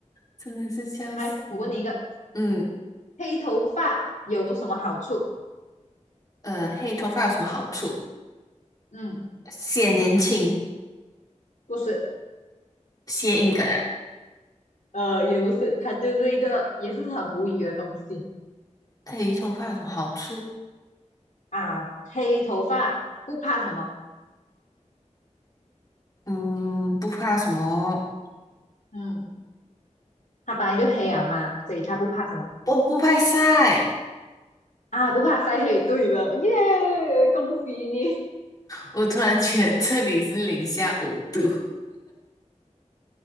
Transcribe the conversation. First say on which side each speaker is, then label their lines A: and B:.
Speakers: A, on the left; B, on the left.
A: 真的是笑死。
B: 哎，我问你一个，
A: 嗯，嗯
B: 黑头发有什么好处？
A: 呃，黑头发有什么好处？
B: 嗯，
A: 显年轻，
B: 不是，
A: 谐音梗啊。
B: 呃，也不是，它就是一个也是很无语的东西
A: 黑头发有什么好处？
B: 啊。黑头发不怕什么？
A: 嗯，不怕什么？
B: 嗯，它本来就黑啊嘛，所以它不怕什么
A: 我不怕晒。
B: 啊？不怕晒黑。对了，耶，恭喜你！
A: 我突然觉得这里是零下五度。